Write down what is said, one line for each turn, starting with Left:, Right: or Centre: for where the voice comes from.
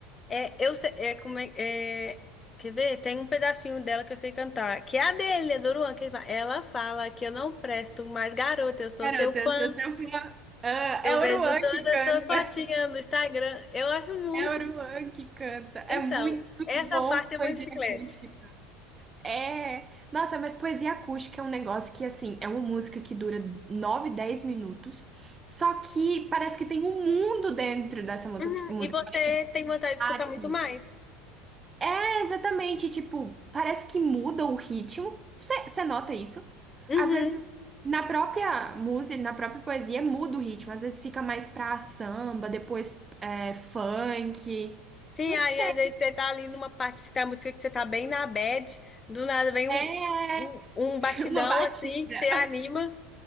Left: É, eu sei, é, como é, é- quer ver? Tem um pedacinho dela que eu sei cantar, que é a dele, é do Luan, que ele fala- ela fala que eu não presto mais garota, eu sou
Right: Garota,
Left: seu fã.
Right: eu sou seu fã. Ah,
Left: Eu
Right: é Oruan
Left: vejo todas
Right: que canta.
Left: as suas fotinhas no Instagram. Eu acho muito.
Right: É Oruan que canta. É
Left: Então,
Right: muito
Left: essa
Right: bom
Left: parte é
Right: poesia
Left: muito chiclete.
Right: acústica. É, nossa, mas poesia acústica é um negócio que, assim, é uma música que dura 9, 10 minutos, só que parece que tem um mundo dentro dessa musa-
Left: Uhum.
Right: música,
Left: E você
Right: parece que tem
Left: tem vontade de
Right: várias.
Left: escutar muito mais?
Right: É exatamente, tipo, parece que muda o ritmo, você nota isso?
Left: Uhum.
Right: Às vezes, na própria música, na própria poesia, muda o ritmo, às vezes fica mais pra samba, depois é, funk,
Left: Sim,
Right: não
Left: aí
Right: sei,
Left: às vezes você tá ali numa parte da música que você tá bem na bad, do nada vem um,
Right: é
Left: um, um batidão
Right: <laughs> uma batida.
Left: assim que você anima.